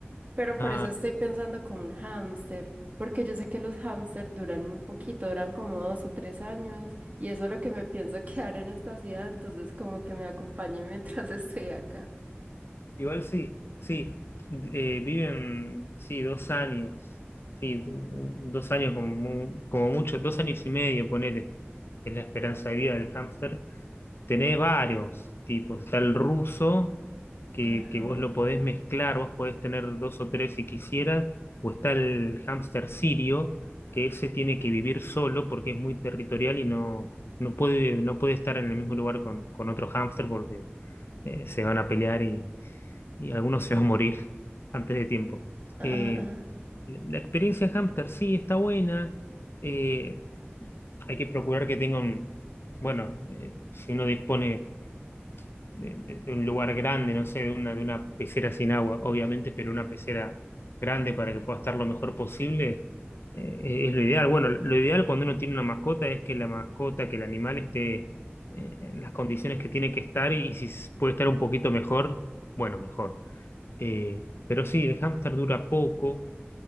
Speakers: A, on the right; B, on the left.
A: Pero
B: ah
A: por eso estoy pensando como un hámster, porque yo sé que los hámsters duran muy poquito, duran como dos o tres años, y eso es lo que me pienso <laughs> quedar en esta ciudad, entonces como que me acompañe mientras <laughs> estoy acá.
B: Igual sí, sí, eh, viven, sí, dos años, sí, un- dos años como, mu- como mucho, dos años y medio, ponele, es la esperanza de vida del hámster. Tenés varios tipos, está el ruso, que,
A: Ajá,
B: que vos lo podés mezclar, vos podés tener dos o tres si quisieras, o está el hámster sirio, que ese tiene que vivir solo porque es muy territorial y no, no puede, no puede estar en el mismo lugar con, con otro hámster porque eh, se van a pelear y algunos se van a morir antes de tiempo.
A: ajá,
B: Eh,
A: ajá.
B: la la experiencia hámster sí está buena, eh, hay que procurar que tenga un, bueno, eh, si uno dispone de, de- de un lugar grande, no sé, de una, de una pecera sin agua, obviamente, pero una pecera grande para que pueda estar lo mejor posible, eh, es lo ideal. Bueno, lo ideal cuando uno tiene una mascota es que la mascota, que el animal esté eh, en las condiciones que tiene que estar y si s- puede estar un poquito mejor, bueno, mejor. Eh, pero sí, el hámster dura poco